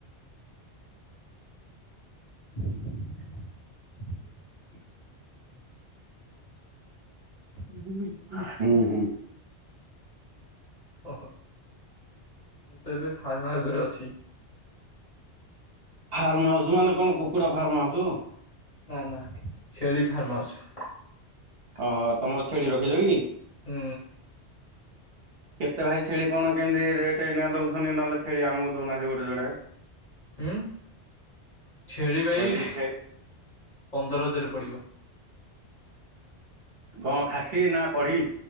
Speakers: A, on the left; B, on the right.
A: <inaudible> <inaudible>
B: <unintelligible>
A: ଓହୋ ମୁଁ ତ ଏବେ ଫାର୍ମ ହାଉସରେ ଅଛି।
B: ଫାର୍ମ ହାଉସୁ ମାନେ କଣ କୁକୁଡା ଫାର୍ମ ହାଉସୁ?
A: ନା ନା ଛେଳି ଫାର୍ମାଉସୁ।
B: ଓହୋ ତମର ଛେଳି ରଖିଛ କି?
A: ହୁଁ।
B: କେତେ ଭାଇ ଛେଳି କଣ କେମିତି ରେଟେ ଏଇନା ଦଉଛନ୍ତି? ନହେଲେ ଛେଳି ଆମକୁ ଦଉନାହାନ୍ତି ଗୋଟେ ଜୋଡେ।
A: ହୁଁ ଛେଳି ବାଇ
B: କହିଲି ଛେ
A: ପନ୍ଦର ହଜାର ପଡିବ।
B: କଁ ଖାସି ନା କଢ଼ି?